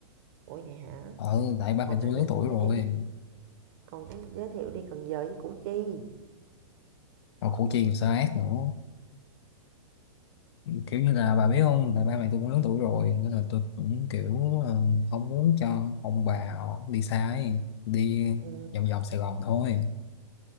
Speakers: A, on the right; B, on the left.
A: ủa vậy hả
B: ừ tại ba
A: còn
B: mẹ
A: đang
B: tôi lớn
A: định
B: tuổi
A: giới
B: rồi
A: thiệu đi còn giới, thiệu đi cần giờ với củ chi
B: còn củ chi còn sao ác nữa kiểu như là bà biết không là ba mẹ tôi cũng lớn tuổi rồi nên là tôi cũng kiểu ờ, không muốn cho ông bà họ đi xa ấy, đi
A: ừ,
B: vòng vòng Sài Gòn thôi